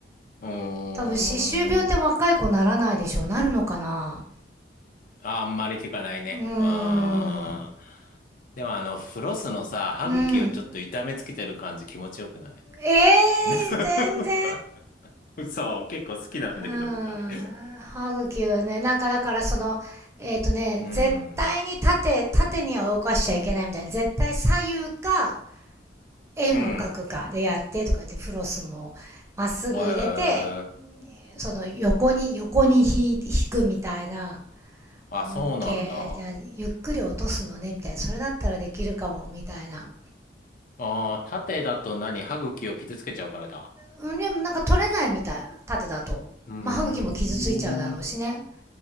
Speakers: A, on the left (about 50°); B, on the right (about 15°).
A: うーん。
B: 多分、歯周病って若い子ならないでしょなるのかな
A: あんまり聞かないね。
B: うーん。
A: あーでもあの、フロスのさ、歯茎をちょっと痛めつけてる感じ気持ちよくない
B: うん。ええー、
A: <laughs>
B: 全然。
A: そう、結構好きなんだけど、
B: うん。
A: 僕あれ。
B: 歯茎はね、なんかだからその、えっ、とね、
A: うん。
B: 絶対に縦、縦には動かしちゃいけないみたいな。絶対左右か、円を描くかでやってとか言ってフロスもまっすぐ入れて、
A: うん。え
B: その横に、横に引引くみたいな。
A: ー、あ、
B: あ、
A: そうなんだ。
B: オッケー。
A: あ
B: じゃあ、ゆっくり落とすのね、みたいな。それだったらできるかも、みたいな。
A: あ、縦だと何歯茎を傷つけちゃうからだ。
B: うんでもなんか取れないみたい。縦だと。
A: うーん。
B: まあ、歯茎も傷ついちゃうだろうしね。